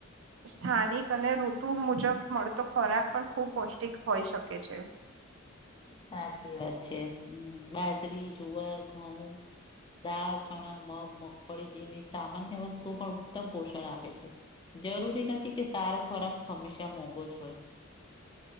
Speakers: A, on the right; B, on the left.
A: સ્થાનિક અને ઋતુ મુજબ મળતો ખોરાક પણ ખુબ પૌષ્ટિક હોઈ શકે છે.
B: સાચી વાત છે. હમ બાજરી, જુવાર, ઘઉં.. દાળ, ચણા, મગ, મગફળી જેવી સામાન્ય વસ્તુઓ પણ ઉત્તમ પોષણ આપે છે. જરૂરી નથી કે સારો ખોરાક હંમેશા મોંઘો જ હોય.